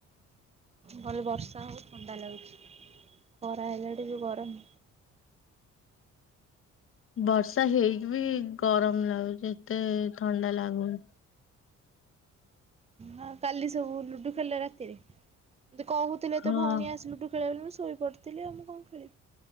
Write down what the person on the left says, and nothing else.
ବର୍ଷା ହେଇକି ବି ଗରମ ଲାଗୁଛି ଏତେ ଥଣ୍ଡା ଲାଗୁନି।
ହଁ